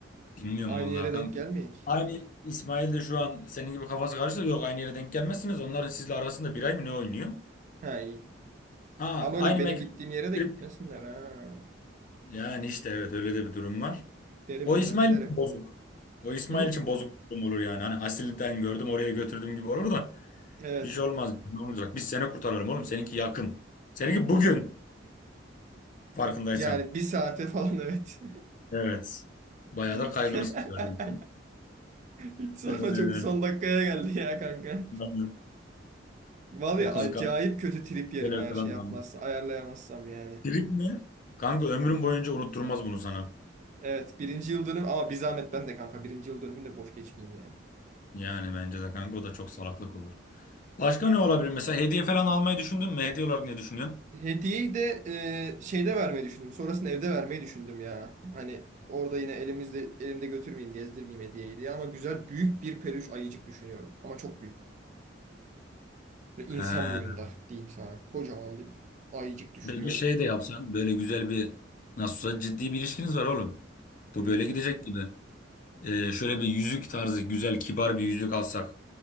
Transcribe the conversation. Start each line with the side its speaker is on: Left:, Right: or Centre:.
Left: bilmiyorum
Right: Aynı
Left: vallahi
Right: yere
Left: kanka.
Right: denk gelmeyek.
Left: Aynı İsmail de şu an senin gibi kafası karıştı. Yok aynı yere denk gelmezsiniz. Onların sizle arasında bir ay mı ne oynuyor?
Right: He iyi.
Left: Ha
Right: Ama
Left: aynı
Right: öyle benim
Left: mekan.
Right: gittiğim yere de
Left: girip-
Right: gitmesinler ha.
Left: Yani işte evet öyle de bir durum var.
Right: Derim
Left: O
Right: özenti
Left: İsmail
Right: derim.
Left: için bozuk. O İsmail
Right: Hı?
Left: için bozuk bir durum olur yani. Hani Asil'den gördüm oraya götürdüm gibi olur da.
Right: Evet.
Left: Bir şey olmaz. Ne olacak? Biz seni kurtaralım oğlum. Seninki yakın. Seninki bugün farkındaysan.
Right: Yani bir saate falan evet.
Left: Evet. Bayağı
Right: <laughs>
Left: da kaygılısın gördüğüm için.
Right: Hiç sonra
Left: Ee,
Right: çok son dakikaya geldi ya kanka.
Left: yani
Right: Vallahi
Left: o
Right: acayip
Left: kızı
Right: kötü trip yerim
Left: gelir
Right: eğer
Left: falan
Right: şey yapmazsa
Left: da.
Right: ayarlayamazsam yani.
Left: Trip mi? Kanka ömrüm boyunca unutturmaz bunu sana.
Right: Evet birinci yıl dönüm ama bir zahmet ben de kanka birinci yıl dönümünü de boş geçmeyeyim yani.
Left: Yani bence de kanka o da çok salaklık olur. Başka ne olabilir? Mesela hediye falan almayı düşündün mü? Hediye olarak ne düşünüyorsun?
Right: Hediyeyi de e, şeyde vermeyi düşündüm. Sonrasında evde vermeyi düşündüm ya. Hani orada yine elimizde elimde götürmeyeyim, gezdirmeyeyim hediyeyi diye ama güzel büyük bir peluş ayıcık düşünüyorum. Ama çok büyük. Böyle insan
Left: Ee,
Right: boyunda diyeyim sana. Kocaman bir ayıcık düşünüyorum.
Left: böyle bir şey de yapsan. Böyle güzel bir nasıl olsa ciddi bir ilişkiniz var oğlum.
Right: Hmm.
Left: Bu böyle gidecek gibi. Ee, şöyle bir yüzük tarzı güzel kibar bir yüzük alsak.